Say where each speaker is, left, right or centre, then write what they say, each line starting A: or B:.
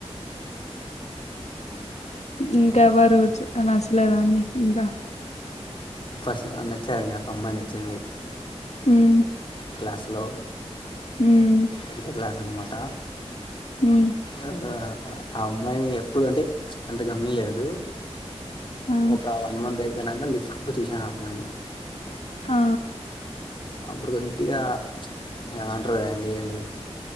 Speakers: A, on the left; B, on the left.
A: ఇంకెవరు చ్ నచ్చలేదండి ఇంకా
B: ఫస్ట్ నచ్చారండి ఒక అమ్మాయి నచ్చింది
A: ఉమ్
B: క్లాసులో
A: ఉమ్
B: ఒకటే క్లాస్ అన్నమాట
A: ఉమ్
B: ఆ ఆ అమ్మాయిని ఎప్పుడంటే అంత గమనియలేదు
A: ఆ
B: ఒక వన్ మంత్ అయిపోయినంక లిఫ్ట్ లో చూసాను ఆ అమ్మాయిని
A: ఆ
B: అపుడు కొద్దిగా ఏమంటారో యండి అండి